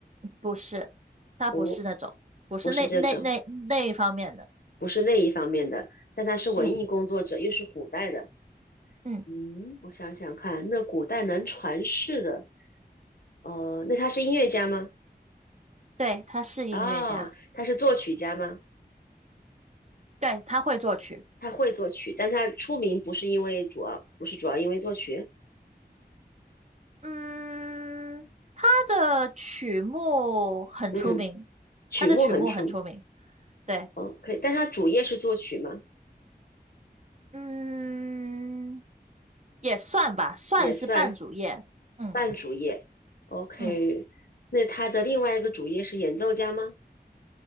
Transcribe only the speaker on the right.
不是，他不是那种，
不是那那那那一方面的，
嗯
嗯，
对，他是音乐家，
对，他会作曲，
嗯，他的曲目很出名，
他的曲目很出名，对。
嗯，也算吧，算是半主业。
嗯
嗯，